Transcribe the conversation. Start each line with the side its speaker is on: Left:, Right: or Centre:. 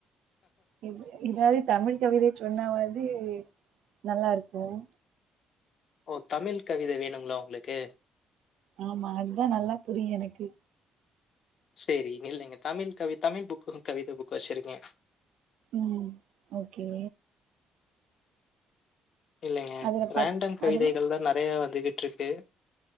Right: இவ் இதாவ தமிழ் கவிதை சொன்னாவது நல்லா இருக்கும்
Left: ஓ தமிழ் கவிதை வேணுங்களா உங்களுக்கு
Right: ஆமா அதான் நல்லா புரியும் எனக்கு
Left: சேரி நில்லுங்க தமிழ் கவி தமிழ் புக்கு கவிதை புக் வச்சிருக்கே
Right: உம் ஓகே
Left: இல்லைங்க
Right: அதுல
Left: ரேண்டம்
Right: பத்
Left: கவிதைகள்
Right: அதுல
Left: தான் நிறைய வந்துகிட்டு இருக்கு